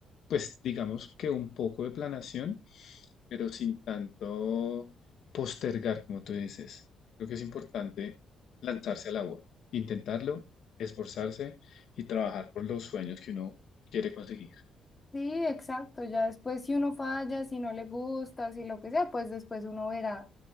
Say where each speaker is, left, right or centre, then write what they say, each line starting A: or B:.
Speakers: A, on the left; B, on the left.
A: pues digamos que un poco de planación pero sin tanto postergar, como tú dices. Creo que es importante lanzarse al agua, intentarlo, esforzarse y trabajar por los sueños que uno quiere conseguir.
B: Sí, exacto. Ya después, si uno falla, si no le gusta, si lo que sea, pues después uno verá,